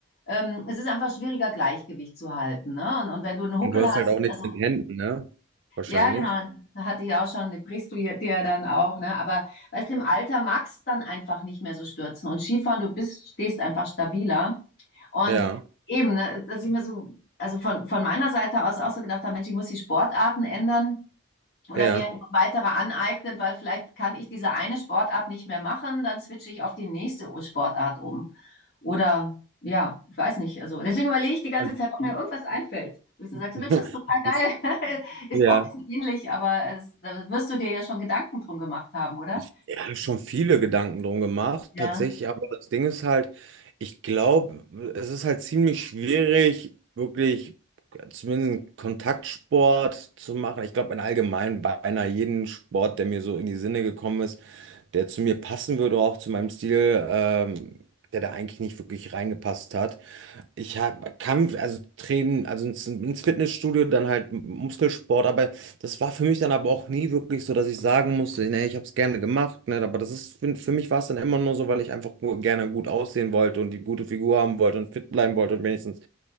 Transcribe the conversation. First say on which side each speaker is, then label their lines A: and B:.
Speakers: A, on the left; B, on the right.
A: ähm, es ist einfach schwieriger, Gleichgewicht zu halten. Ne? Und, und wenn du einen Huckel
B: Und du hast
A: hast,
B: halt auch nichts
A: also
B: in den Händen, ne? Wahrscheinlich.
A: ja, genau, hatte ich auch schon, die brichst du dir dir dann auch. Ne? Aber weißt du, im Alter magst du dann einfach nicht mehr so stürzen. Und Skifahren, du bist, stehst einfach stabiler. Und
B: Ja,
A: eben, ne, dass ich mir so, also von, von meiner Seite aus auch so gedacht habe, Mensch, ich muss die Sportarten ändern oder
B: ja.
A: mir weitere aneignen, weil vielleicht kann ich diese eine Sportart nicht mehr machen, dann switche ich auf die nächste Sportart um. Oder ja, ich weiß nicht. Also deswegen überlege ich die ganze
B: Also,
A: Zeit, ob mir irgendwas einfällt. Dass du sagst,
B: <laughs>
A: Mensch, das ist total geil.
B: Das,
A: <laughs> ist
B: ja.
A: Boxen ähnlich, aber es, da wirst du dir ja schon Gedanken drum gemacht haben, oder?
B: Ich ja, hab schon viele Gedanken drum gemacht,
A: Ja.
B: tatsächlich, aber das Ding ist halt, ich glaube, es ist halt ziemlich schwierig, wirklich zumindest einen Kontaktsport zu machen. Ich glaube, in allgemein beinahe jeden Sport, der mir so in die Sinne gekommen ist, der zu mir passen würde, auch zu meinem Stil, ähm, der da eigentlich nicht wirklich reingepasst hat. Ich hab, Kampf, also Training, also ins, ins Fitnessstudio, dann halt Muskelsport, aber das war für mich dann aber auch nie wirklich so, dass ich sagen musste, ne, ich habe es gerne gemacht, ne, aber das ist, für, für mich war es dann immer nur so, weil ich einfach gu- gerne gut aussehen wollte und die gute Figur haben wollte und fit bleiben wollte und wenigstens